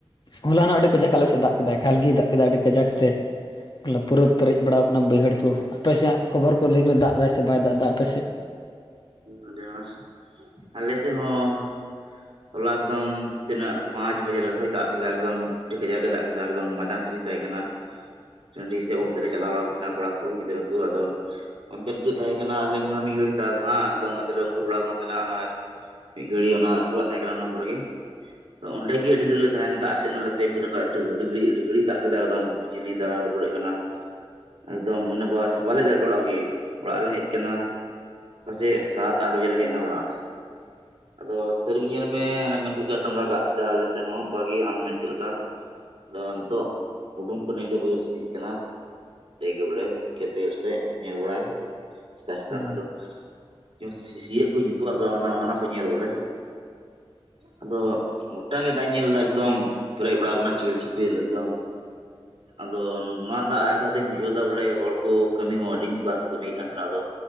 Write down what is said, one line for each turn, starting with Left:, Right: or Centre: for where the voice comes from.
Left: ᱦᱚᱞᱟᱱ ᱟᱹᱰᱤ ᱠᱟᱡᱟᱠ ᱟᱞᱮ ᱥᱮᱫ ᱫᱟᱜ ᱠᱮᱫᱟ ᱾ ᱠᱷᱟᱞᱜᱮ ᱫᱟᱜ ᱠᱮᱫᱟᱭ ᱟᱹᱰᱤ ᱠᱟᱡᱟᱠ ᱛᱮ ᱾ ᱮ ᱯᱩᱨᱟᱹ ᱯᱮᱨᱮᱡ ᱵᱟᱲᱟᱣ ᱟᱠᱟᱱᱟ ᱵᱟᱹᱭᱦᱟᱹᱲ ᱠᱚ ᱾ ᱟᱯᱮᱥᱮᱫᱟᱜ ᱠᱷᱚᱵᱚᱨ ᱠᱚ ᱞᱟᱹᱭ ᱢᱮ ᱫᱟᱜ ᱮᱫᱟ ᱥᱮ ᱵᱟᱭ ᱫᱟᱜ ᱮᱫᱟ ᱟᱯᱮ ᱥᱮᱫ?
Right: ᱟᱹᱰᱤ ᱢᱚᱸᱡᱽ ᱟᱞᱮ ᱥᱮᱜ ᱦᱚᱸ ᱾ ᱦᱚᱞᱟ ᱮᱠᱫᱚᱢ ᱛᱤᱱᱟᱹᱜ ᱯᱟᱸᱪ ᱵᱟᱡᱮ ᱠᱷᱚ ᱫᱟᱜ ᱠᱮᱫᱟ ᱾ ᱮᱠᱚᱢ ᱴᱷᱤᱠ ᱠᱟᱡᱟᱨ ᱜᱮ ᱫᱟᱜ ᱮᱠᱚᱢ ᱢᱟᱡᱟᱥ ᱨᱮ ᱛᱟᱦᱮᱸ ᱠᱟᱱᱟ ᱾ ᱴᱟᱺᱰᱤ ᱥᱮᱫ ᱚᱞ ᱛᱮᱞᱮ ᱪᱟᱞᱟᱣ ᱵᱟᱲᱟ ᱠᱟᱱ ᱛᱟᱦᱮᱸᱱᱟ ᱾ ᱠᱚᱲᱟ ᱠᱚ ᱜᱤᱫᱽᱨᱟᱹ ᱠᱚ ᱾ ᱟᱫᱚ ᱚᱱᱛᱮ ᱨᱮᱜᱮ ᱞᱮ ᱛᱟᱦᱮᱸ ᱠᱟᱱᱟ ᱟᱞᱮ ᱢᱟ ᱢᱤᱫ ᱜᱷᱟᱹᱲᱤ ᱛᱟᱨ ᱦᱮᱸ ᱮᱠᱫᱚᱢ ᱢᱚᱛᱞᱚᱵ ᱢᱩᱨᱜᱟᱲ ᱵᱟᱲᱟ ᱠᱟᱱ ᱛᱟᱦᱮᱱᱟ ᱚᱱᱟ ᱢᱤᱫ ᱜᱷᱟᱹᱲᱤ ᱚᱱᱟ ᱤᱥᱠᱩᱞᱟᱜ ᱛᱟᱦᱮᱸ ᱠᱟᱱᱟ ᱚᱱᱟ ᱠᱚᱨᱮ ᱜᱮ ᱾ ᱛᱚ ᱚᱸᱰᱮ ᱜᱮ ᱟᱹᱰᱤ ᱜᱷᱟᱹᱲᱤᱡ ᱞᱮ ᱛᱟᱦᱮᱱᱟ ᱫᱟᱜ ᱥᱮᱫ ᱱᱟᱞᱮ ᱛᱮ ᱢᱤᱫ ᱜᱷᱤᱹᱲᱤ ᱠᱷᱚᱱ ᱟᱹᱰᱤ ᱜᱷᱟᱹᱲᱤ ᱟᱹᱰᱤ ᱜᱷᱟᱹᱲᱤ ᱫᱟᱜ ᱠᱮᱫᱟ ᱮᱫᱚᱢ ᱾ ᱵᱤᱡᱽᱞᱤ ᱫᱟ ᱦᱩᱰᱩᱨᱟᱹᱜ ᱠᱟᱱᱟ ᱾ ᱮᱠᱫᱚᱢ ᱢᱚᱱᱮ ᱵᱟᱫ ᱵᱟᱞᱮ ᱫᱟᱲᱮᱭᱟᱜ ᱠᱟᱱᱟ ᱚᱲᱟᱜ ᱜᱮ ᱾ ᱚᱲᱟᱜ ᱨᱮ ᱞᱮ ᱦᱮᱡ ᱠᱟᱱᱟ ᱾ ᱢᱟᱥᱮ ᱥᱟᱛ ᱟᱴ ᱵᱟᱡᱮ ᱞᱮ ᱦᱮᱡ ᱮᱱᱟ ᱚᱲᱟᱜ ᱾
Left: <inaudible>
Right: ᱟᱫᱚ ᱥᱟᱹᱨᱤ ᱜᱮ ᱧᱮᱞ ᱢᱮ ᱢᱮᱱ ᱛᱩᱫ ᱞᱮᱠᱟ ᱫᱟᱜ ᱠᱮᱫᱟ ᱟᱞᱮ ᱥᱮᱜ ᱦᱚᱸ ᱚᱝᱠᱟᱜ ᱜᱮ ᱟᱢ ᱢᱮᱱ ᱠᱮᱜ ᱞᱮᱠᱟ ᱾ ᱟᱫᱚ ᱱᱤᱛᱚᱜ ᱩᱰᱩᱝ ᱠᱟᱹᱱᱟᱹᱧ ᱫᱚ ᱵᱟᱹᱭᱦᱟᱹᱨ ᱥᱮᱜ ᱤᱧ ᱦᱮᱡ ᱠᱟᱱᱟ ᱾ ᱪᱮᱜ ᱜᱮ ᱵᱚᱞᱮ ᱠᱷᱮᱛ ᱵᱟᱹᱲ ᱥᱮᱫ ᱧᱮᱞ ᱵᱟᱲᱟᱭ ᱥᱮᱛᱟᱜ ᱥᱮᱛᱟᱜ
Left: ᱦᱮᱸ
Right: ᱟᱫᱚ᱾ ᱡᱮᱢᱚᱱ ᱥᱤᱥᱤᱭᱟᱹᱜ ᱠᱚ ᱡᱩᱛᱩᱜ ᱟᱥ ᱚᱱᱟ ᱚᱱᱟ ᱠᱚ ᱧᱮᱞ ᱵᱚᱞᱮ ᱟᱫᱚ ᱜᱚᱴᱟᱜ ᱜᱮ ᱫᱟᱜ ᱤᱧ ᱧᱮᱞ ᱮᱫᱟ ᱮᱠᱫᱚᱢ ᱯᱮᱨᱮᱡ ᱵᱟᱲᱟ ᱟᱠᱟᱱᱟ ᱪᱤᱯᱮᱞ ᱪᱤᱯᱮᱞ ᱮᱠᱫᱚᱢ ᱟᱫᱚ ᱱᱚᱣᱟ ᱫᱟᱜ ᱟᱣᱛᱟ ᱛᱮᱧ ᱵᱩᱡᱷᱟᱹᱣ ᱫᱟ ᱵᱚᱞᱮ ᱦᱚᱲ ᱠᱚ ᱠᱟᱹᱢᱤ ᱦᱚᱸ ᱟᱹᱰᱤ ᱢᱤᱫ ᱵᱟᱨ ᱠᱚ ᱠᱟᱹᱢᱤᱭᱮᱫ ᱠᱟᱱ ᱛᱟᱦᱮᱸᱱᱟ ᱟᱫᱚ